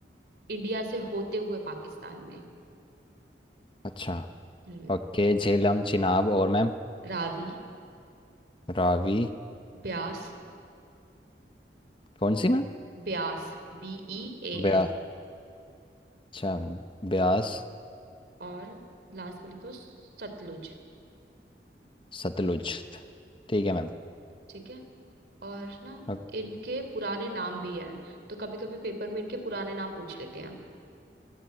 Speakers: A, on the right (about 65°); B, on the left (about 30°).
A: इंडिया से होते हुए पाकिस्तान में
B: अच्छा
A: हम्म,
B: ओके झेलम चिनाब और मैम
A: Ravi
B: रावी
A: Beas
B: कौन सी मैम
A: Beas B E A
B: ब्या
A: S
B: अच्छा ब्यास
A: और लास्ट में लिखो सतलुज
B: सतलुज ठीक है मैम
A: ठीक है और ना
B: अ-
A: इनके पुराने नाम भी हैं तो कभी कभी पेपर में इनके पुराने नाम पूछ लेते हैं